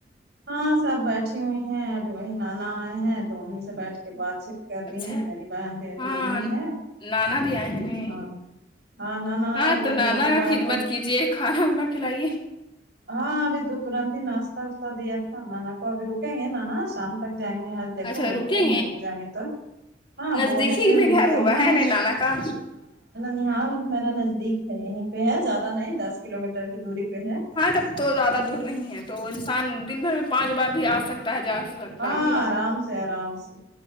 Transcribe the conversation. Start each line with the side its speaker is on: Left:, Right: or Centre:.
Right: ہاں سب بیٹھی ہوئی ہیں ابھی وہی نانا آئے ہیں تو انہیں سے بیٹھ کے بات چیت کر رہی
Left: اچھا
Right: ہے میری بہن پ تو
Left: ہاں
Right: یہی ہے
Left: نانا بھی آئے نہیں
Right: ہاں ہاں نانا
Left: ہاں
Right: آیا بہت
Left: تو
Right: دنوں
Left: نانا
Right: کے
Left: کا
Right: بعد
Left: خدمت
Right: تو
Left: کیجیے کھانا وا کھلائیے
Right: ہاں ابھی تو ترنت ہی ناشہ واشہ دیا تھا نانا کو ابھی رکیں گے نانا شام تک جائیں گے دیکھو
Left: اچھا
Right: روکتے
Left: رکیں
Right: ہیں رک جائیں گے تو ہاں
Left: نزدیکی
Right: بولیں گے
Left: میں
Right: رکتے
Left: گھر ہوگا
Right: ہی نا
Left: ہے
Right: ہاں
Left: نہیں نانا کا
Right: فیحال میرا نزدیک ہے یہیں پہ ہے زیادہ نہیں دس کلو میٹر کی دوری پہ ہے
Left: ہاں تک تو زیادہ دور نہیں ہے تو انسان دن بھر میں پانچ بار بھی اسکتا ہے جا سکتا
Right: ہاں
Left: بھی ہے
Right: ارام سے ارام سے